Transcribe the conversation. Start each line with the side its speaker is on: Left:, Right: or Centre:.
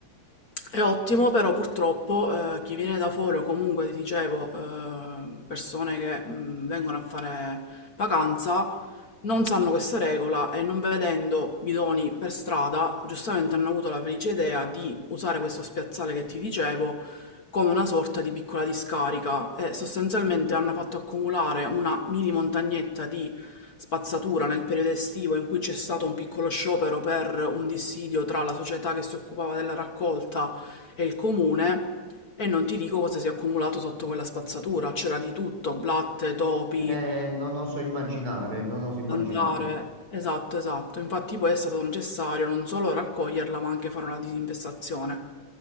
Left: è ottimo, però purtroppo eh, chi viene da fuori o comunque, ti dicevo, eh, persone che mh, vengono a fare vacanza non sanno questa regola e non vedendo bidoni per strada, giustamente hanno avuto la felice idea di usare questo spiazzale che ti dicevo come una sorta di piccola discarica e sostanzialmente hanno fatto accumulare una mini montagnetta di spazzatura nel periodo estivo in cui c'è stato un piccolo sciopero per un dissidio tra la società che si occupava della raccolta e il comune e non ti dico cosa si è accumulato sotto quella spazzatura, c'era di tutto, blatte, topi,
Right: Eh,
Left: eh,
Right: non oso immaginare, non oso immaginare.
Left: zanzare. Esatto, esatto. Infatti poi è stato necessario non solo raccoglierla, ma anche fare una disinfestazione.